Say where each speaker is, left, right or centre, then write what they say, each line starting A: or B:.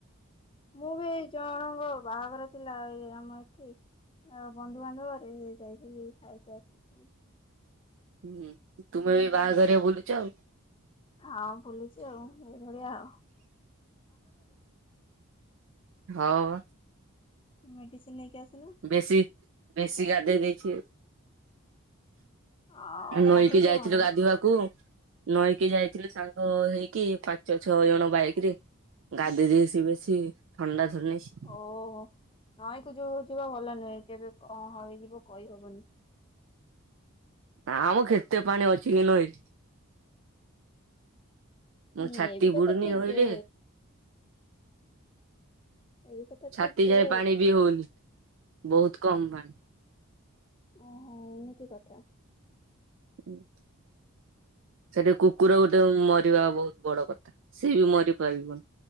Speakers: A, on the left (about 25°); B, on the right (about 60°).
A: ମୁଁ ବି ଏଇ ଜଣଙ୍କ ବାହାଘର ଥିଲା ଏଇ ଆମ ଏଠି ଅ ବନ୍ଧୁବାନ୍ଧବରେ ସେ ଯାଇଥିଲି ଖାଇକି ଆସିଥିଲି।
B: ହୁଁ, ତୁମେ ବି ବାହାଘରରେ ବୁଲୁଚ ଆଉ।
A: <unintelligible> ବୁଲଚି ଆଉ, ଏଇଭଳିଆ ଆଉ।
B: ହ ବା।
A: ମେଡିସିନ୍ ନେଇକି ଆସୁନୁ।
B: ବେଶୀ-ବେଶୀ ଗାଧେଇ ଦେଇଚି।
A: ଆଉ
B: ନଈକି
A: ଗାଧଉଛ
B: ଯାଇଥିଲୁ
A: କଣ ପାଇଁ
B: ଗାଧୋଇବାକୁ ନଈକି ଯାଇଥିଲୁ ସାଙ୍ଗ ହେଇକି ପାଞ୍ଚ ଛଅ ଜଣ ବାଇକ୍ ରେ ଗାଧେଇ ଦେଇସି ବେଶୀ ଥଣ୍ଡା <unintelligible>
A: ଓହୋ ନଈକୁ ଯୋଉ ଯିବା ଭଲ ନୁହେଁ, କେବେ କଣ ହେଇଯିବ କହିହବନି।
B: ନାଁ ମ କେତେ ପାଣି ଅଛି କି ନଈରେ। ମୋ
A: ହୁଁ
B: ଛାତି
A: ଏ ବି କଥା
B: ବୁଡୁନି
A: ଠିକ୍
B: ନଈରେ
A: ଯେ। ଏ ବି କଥା
B: ଛାତି
A: ଠିକ ଯେ
B: ଯାଏ ପାଣି ବି ହଉନି, ବହୁତ୍ କମ୍ ପାଣି।
A: ଓହୋ, ଏମିତି କଥା।
B: ହୁଁ। ସେଠି କୁକୁର ଗୋଟେ ମରିବା ବହୁତ୍ ବଡ କଥା, ସେ ବି ମରି ପାରିବନି।